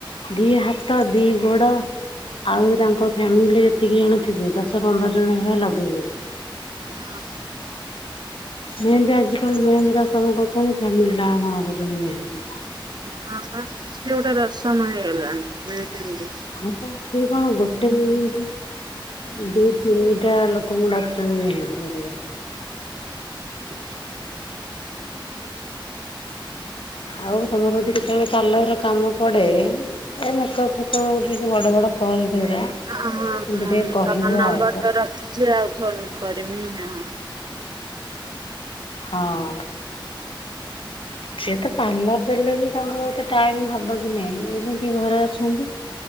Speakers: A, on the left (about 80°); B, on the right (about 55°).
A: ଦି ହାତ ଦି। ଗୋଡ ଆହୁରି ତାଙ୍କ ଫ୍ୟାମିଲିରେ ଯେତିକି ଜଣ ଥିବେ ଦଶ ପନ୍ଦର ଜଣ ଭଳିଆ ଲଗେଇବେ।
B: ଅ ହଁ।
A: ମେହେନ୍ଦୀ ଆଜିକାଲି ମେହେନ୍ଦୀ ଟା ସବୁ କରୁଛନ୍ତି ଫ୍ୟାମିଲି ଟା ଆଙ୍କ ନଗଉଛନ୍ତି ମେହେନ୍ଦୀ।
B: ହଁ ପା ସେ ଗୋଟେ ରସମ ହେଇଗଲାଣି ମେହେନ୍ଦି।
A: ଆଉ ତୁ କଣ ଗୋଟେ ମେହେନ୍ଦି। ଦି ତିନିଟା ଲୋକଙ୍କୁ ଡାକୁଛନ୍ତି ମେହେନ୍ଦି କରିବାକୁ।
B: ହ
A: ଆଉ ତମର ଯଦି କେତେବେଳେ କଲର କାମ ପଡେ। ଏ ମେକଅପ ଫେକଅପ ଗୋଟେ ଯଉ ବଡ ବଡ କଲ ଯୋଉରା।
B: ହଁ ହଁଁ
A: ଏମିତି
B: ହଁ
A: ଟିକେ କହିବ
B: ତାଙ୍କ ନମ୍ବର
A: ଆଉ
B: ତ ରଖିଛି ଆଉ ଫୋନ କରିମି ହଁ।
A: ହଁ। ସିଏ ତ ପାର୍ଲର ଦେଲେ ବି ତାଙ୍କୁ ଏତେ ଟାଇମ ହବ କି ନାଇଁ ଏମିତି ଘରେ ଅଛନ୍ତି।